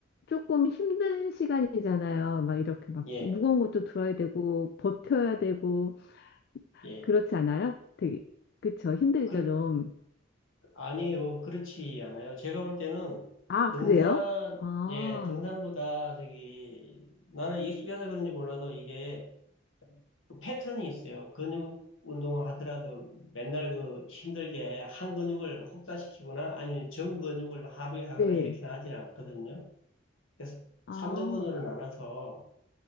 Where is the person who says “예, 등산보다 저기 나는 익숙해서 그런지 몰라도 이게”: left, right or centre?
Left